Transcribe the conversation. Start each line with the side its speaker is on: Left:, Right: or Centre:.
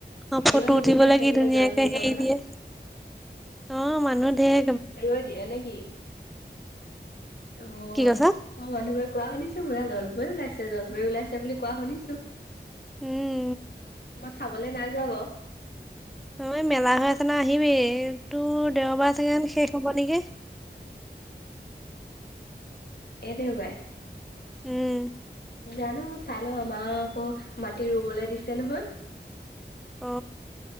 Centre: অ
Left: ঢেৰ
Centre: ফটো
Left: মানুহ
Centre: উঠিব
Left: গোট খাইছে
Centre: লাগি
Left: বোলে
Centre: ধুনীয়াকে
Left: জলপৰি চাবলে,
Centre: হেৰি দিয়ে। অ মানুহ ঢেই।
Left: ৰজ দিয়ে নেকি? অ। মানুহবোৰে
Centre: কি কৈছা?
Left: কোৱা শুনিছো বুৰা জলপৰি ওলাইছে জলপৰি ওলাইছে বুলি কোৱা শুনিছো।
Centre: উম।
Left: মই চাবলৈ নাইযোৱা বাও।
Centre: অ এই মেলা হৈ আছে নহয় আহিবি তোৰ দেওবাৰ চাগে শেষ হব নেকি?
Left: এই দেও বাই।
Centre: উম।
Left: জানো চাই লও আমাৰ আকৌ মাটি ৰুবলৈ দিছে নহয়।
Centre: অ